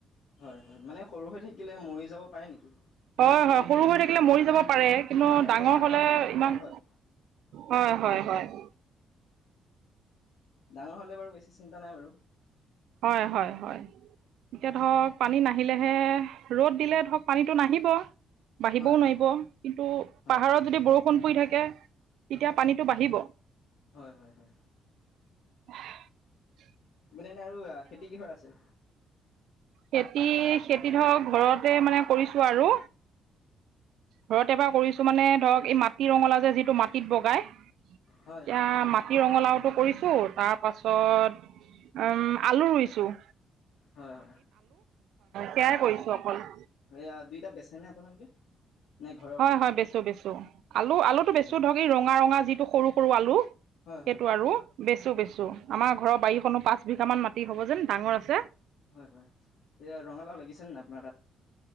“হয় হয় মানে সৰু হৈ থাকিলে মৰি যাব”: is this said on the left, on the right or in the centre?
Left